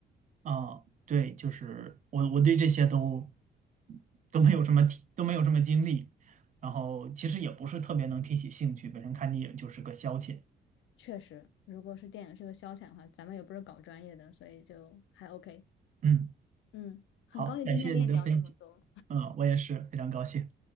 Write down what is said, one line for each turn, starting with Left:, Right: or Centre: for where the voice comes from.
Right: 啊，对，就是我我对这些都都没有什么提，都没有什么经历，然后其实也不是特别能提起兴趣，本身看电影就是个消遣。
Left: 确实，如果是电影是个消遣的话，咱们也不是搞专业的，所以就还 OK。
Right: 嗯，
Left: 嗯，很高兴今天跟你聊这么多，
Right: 好，感谢你的分享，嗯，我也是非常高兴。